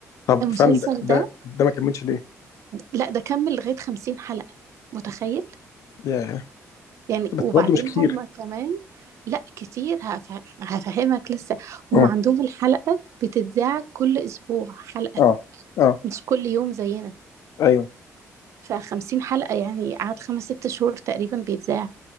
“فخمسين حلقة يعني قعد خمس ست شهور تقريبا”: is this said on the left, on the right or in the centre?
Right